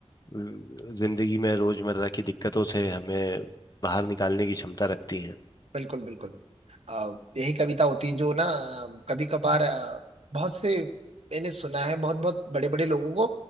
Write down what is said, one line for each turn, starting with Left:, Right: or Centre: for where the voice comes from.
Left: जिंदगी में रोजमर्रा की दिक्कतों से हमें बाहर निकालने की क्षमता रखती हैं
Right: बिल्कुल बिल्कुल अ, यही कविता होती है जो ना कभी कभार बहुत से मैंने सुना है बहुत बहुत बड़े बड़े लोगों को